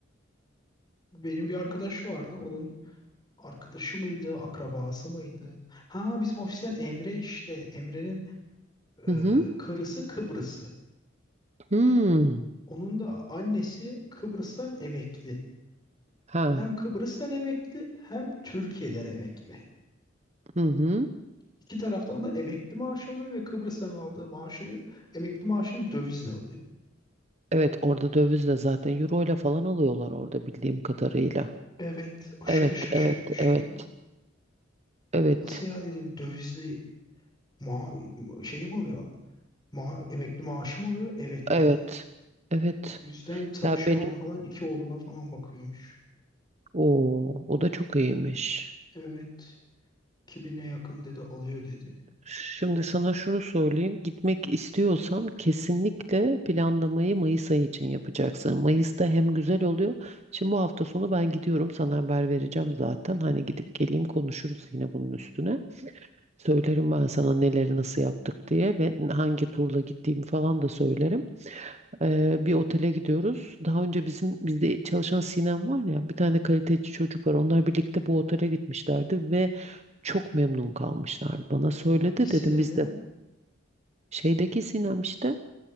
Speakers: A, on the left; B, on the right.
A: Benim bir arkadaş vardı. Onun Arkadaşı mıydı, akrabası mıydı? Ha bizim ofisten Emre işte. Emre'nin e,
B: Hı hı.
A: karısı Kıbrıslı.
B: Hmm.
A: Onun da annesi Kıbrıs'tan emekli.
B: Ha.
A: Hem Kıbrıs'tan emekli hem Türkiye'den emekli.
B: Hı hı.
A: İki taraftan da emekli maaş alıyor ve Kıbrıs'tan aldığı maaşı emekli maaşını dövizle alıyor.
B: Evet orada dövizle zaten euro ile falan alıyorlar orada bildiğim kadarıyla.
A: Evet, aşırı
B: Evet
A: şaşırmıştım.
B: evet evet. Evet,
A: Nasıl ya dedim dövizli ma şey mi alıyor? Ma emekli maaşı mı alıyor? Evet
B: Evet.
A: dedi.
B: Evet.
A: O yüzden çalışmadan
B: Ya benim
A: falan iki oğluna falan bakıyormuş.
B: o o da çok iyiymiş.
A: Evet. 2000'e yakın dedi alıyor dedi.
B: Şimdi sana şunu söyleyeyim. Gitmek istiyorsan kesinlikle planlamayı Mayıs ayı için yapacaksın. Mayıs'ta hem güzel oluyor. Şimdi bu hafta sonu ben gidiyorum. Sana haber vereceğim zaten. Hani gidip geleyim konuşuruz yine bunun üstüne. Söylerim ben sana neleri nasıl yaptık diye ve hangi turla gittiğimi falan da söylerim. Ee, bir otele gidiyoruz. Daha önce bizim bizde çalışan Sinem var ya bir tane kaliteci çocuk var. Onlar birlikte bu otele gitmişlerdi ve çok memnun kalmışlar. Bana söyledi
A: Hangi
B: dedim
A: dem
B: biz
A: ya?
B: de şeydeki Sinem işte